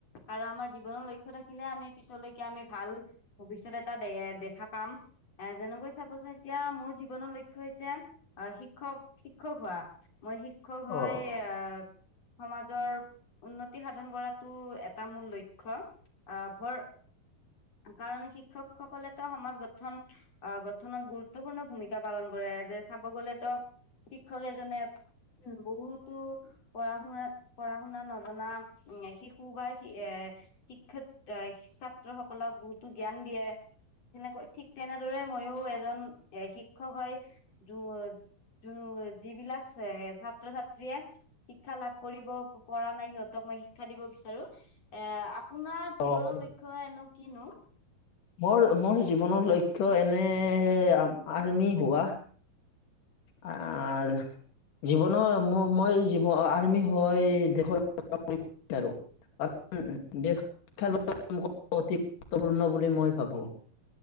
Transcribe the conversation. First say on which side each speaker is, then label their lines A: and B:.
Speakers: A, on the left (about 45°); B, on the left (about 60°).
A: কাৰ আমাৰ জীৱনৰ লক্ষ্য থাকিলে আমি পিছলৈকে আমি ভা- ল ভৱিষ্যত এটা দে দেখা পাম। এ যেনেকৈ চাব যে এতিয়া মোৰ জীৱনৰ ল ক্ষ্য হৈছে আহ শিক্ষক শিক্ষক হোৱা, মই শিক্ষক
B: অ',
A: হৈ আহ সমাজৰ উন্নতি সাধন কৰাতো এটা মূল লক্ষ্য। অ ভৰ কাৰণ শিক্ষকসকলে তো সমাজ গঠন আহ গঠনত গুৰুত্বপূৰ্ণ ভূমিকা পালন কৰে। যে চাব গলে তো শিক্ষক এজনে বহুতো পঢ়া শুনা পঢ়া শুনা নজনা শিশু বা এ শিক্ষক ছাত্ৰ সকলক বহুতো জ্ঞান দিয়ে। তেনেকৈ ঠিক তেনেদৰে মইয়ো এজন এ শিক্ষক হৈ যোন যিবিলাক ছে ছাত্ৰ ছাত্ৰীয়ে শিক্ষা লাভ কৰিব পৰা নাই সিহঁতক মই শিক্ষা দিব বিচাৰো এ আপোনাৰ জীৱনৰ
B: অ'।
A: লক্ষ্য এনো কিনো
B: মোৰ মোৰ জীৱনৰ লক্ষ্য এনে আৰ্মি হোৱা। আ--ল জীৱনৰ মই জীৱ আৰ্মি হৈ দেশৰ <unintelligible> বিচাৰো শিক্ষাৰ বাবে অতি গুৰুত্বপূৰ্ণ বুলি মই ভাবো।